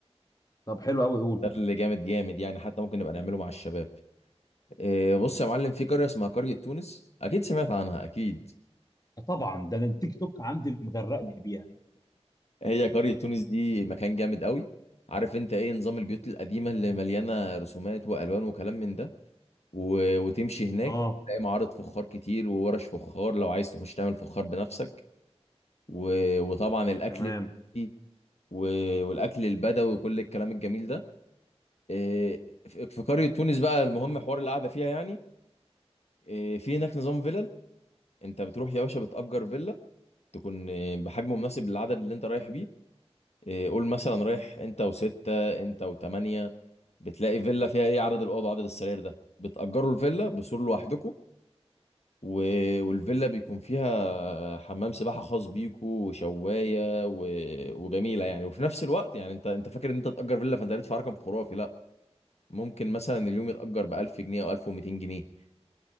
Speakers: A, on the left (about 35°); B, on the left (about 70°).
A: طب حلو قوي قول
B: ده اللي جامد جامد يعني حتى ممكن نبقى نعمله مع الشباب آه، بص يا معلم في قرية اسمها قرية تونس اكيد سمعت عنها اكيد
A: طبعا ده انا التيك توك عندي مغرقني بيها
B: هي قرية تونس دي مكان جامد قوي عارف انت ايه نظام البيوت القديمة اللي مليانة رسومات والوان وكلام من ده و... وتمشي هناك
A: اه
B: تلاقي معارض فخار كتير وورش فخار لو عايز تخش تعمل فخار بنفسك و... وطبعا الاكل
A: تمام
B: فيه و... والاكل البدوي وكل الكلام الجميل ده إيه، في في قرية تونس بقى المهم حوار القعدة فيها يعني إيه، في هناك نظام فيلل انت بتروح يا باشا بتأجر فيلا تكون إيه، بحجم مناسب للعدد اللي انت رايح بيه إيه، قول مثلا رايح انت وستة انت وتمانية بتلاقي فيلا فيها ايه عدد الاوض وعدد السرير ده بتأجروا الفيلا بسور لوحدكم و... والفيلا بيكون فيها حمام سباحة خاص بيكو وشواية و... وجميلة يعني وفي نفس الوقت يعني انت انت فاكر ان انت تأجر فيلا فانت هتدفع رقم خرافي لا ممكن مثلا اليوم يتأجر ب 1000 جنيه او 1200 جنيه